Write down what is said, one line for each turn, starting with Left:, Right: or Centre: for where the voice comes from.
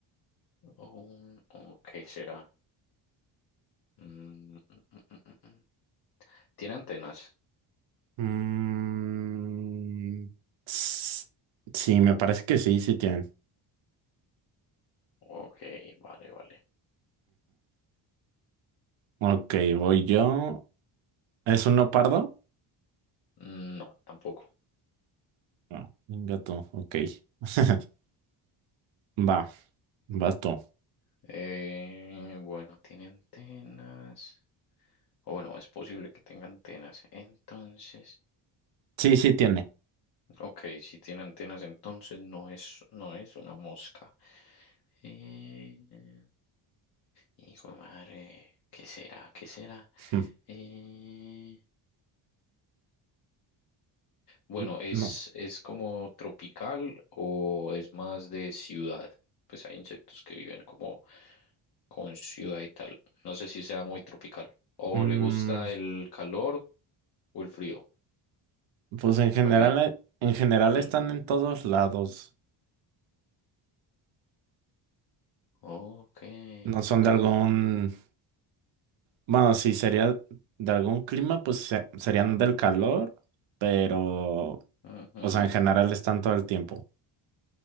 Left: o un, o ¿qué será? Mm, mm, mm, mm, mm. mm. ¿Tiene antenas?
Right: Mm, s- sí, me parece que sí, sí tienen.
Left: Ok, vale, vale.
Right: Ujú. Ok, voy yo. ¿Es un leopardo?
Left: No, tampoco.
Right: No, un gato. Ok. <laughs> Va, vas tú.
Left: Eh, bueno, tiene antenas. O bueno, es posible que tenga antenas. Entonces,
Right: Sí, sí tiene.
Left: ok, si tiene antenas, entonces no es, no es una mosca. Eh, hijo de madre, ¿qué será? ¿Qué será?
Right: <laughs>
Left: Eh, bueno,
Right: N-
Left: ¿es,
Right: No.
Left: es como tropical o es más de ciudad? Pues hay insectos que viven como con ciudad y tal. No sé si sea muy tropical. ¿O
Right: Mm,
Left: le gusta el calor o el frío?
Right: pues en general,
Left: Más bien.
Right: eh, en general
Left: Mm.
Right: están en todos lados.
Left: Ok,
Right: No son
Left: ok.
Right: de algún Bueno, si sería de algún clima, pues se- serían del calor, pero,
Left: Ujú.
Right: o sea, en general están todo el tiempo.